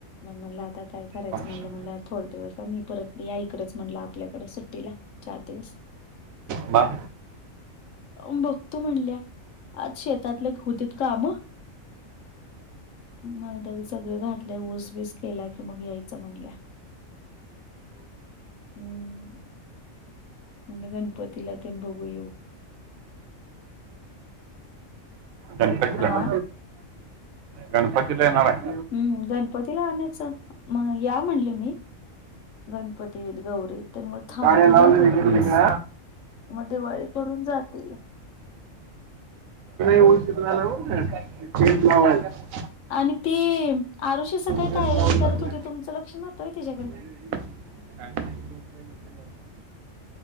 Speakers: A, on the left (about 70°); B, on the right (about 85°).
A: मग मला आता काय करायचं
B: ऑप्शन
A: म्हणलं, म्हणलं थोड दिवस मी परत या ईकडच म्हणलं, आपल्याकडे सुट्टीला. चार दिवस.
B: म.
A: <unintelligible> बघतो म्हणल्या, आज शेतातल्या होते काम. म्हण त्यान सगळे घातले ऊस ऊस केला कि मग यायच म्हणल्या, हम्म. म्हणले गणपतीला तेन बघू येऊ.
B: गणपतीला,
A: आ
B: गणपतीला येणारेय.
A: हम्म, गणपतीला आणायचं. मग या म्हणले मी, गणपतीत गौरीत. तर मग थांबतील
B: गाड्या लावल्या
A: ना थोडे
B: इकडे
A: दिवस,
B: तिकडं
A: मग दिवाळी करून जातील.
B: उलशीर झाला ब चेंज लावाला. <inaudible> <unintelligible>
A: आणि ते, आरुषी सकाळी
B: टेंट
A: काय
B: लावून
A: करत
B: टाकले
A: होती, तुमचं लक्ष नव्हत होय त्याच्याकड.
B: <inaudible>